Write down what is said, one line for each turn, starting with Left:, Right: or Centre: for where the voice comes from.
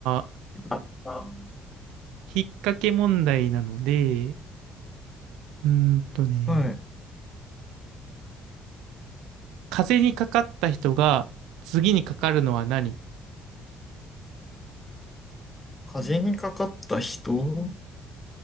Right: あ、
Left: あ、あ
Right: 引っ掛け問題なので、うーんとね、
Left: はい。
Right: 風邪にかかった人が次にかかるのは何
Left: 風にかかった人